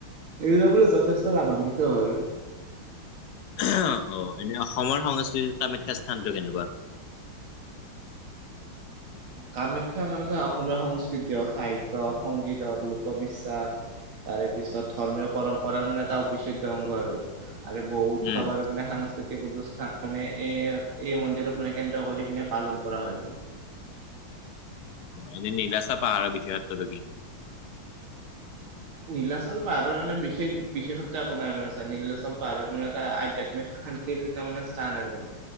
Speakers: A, on the right; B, on the left.
A: এইবিলাক মানে যথেষ্ট লাভান্বিত হয় আৰু।
B: অ' এনে অসমৰ সংস্কৃতিত কামাখ্যাৰ স্থানটো কেনেকুৱা?
A: কামাখ্যা মানুহ যে অসমীয়া সংস্কৃতি হওক, সাহিত্য সংগীত হওক, লোকবিশ্বাস তাৰেপিছত ধৰ্মীয় পৰম্পৰাৰ মানে এটা অবিচ্ছেদ্য অংগ আৰু। আৰু বহু উৎসৱ
B: উম
A: আৰু মানে সাং কৃতিক অনুষ্ঠান মানে এই, এই মন্দিৰক মানে কেন্দ্ৰ কৰি কিনে পালন কৰা হয়।
B: অ' এনে নীলাচা পাহাৰৰ বিশেষত্ব কি?
A: নীলাচল পাহাৰৰ এনে বিশেষ বিশেষত্ব একো নাই, মানে চা নীলাচল পাহাৰত মানে এটা আধ্যাত্মিক শান্তিৰ মানে স্থান আৰু মান,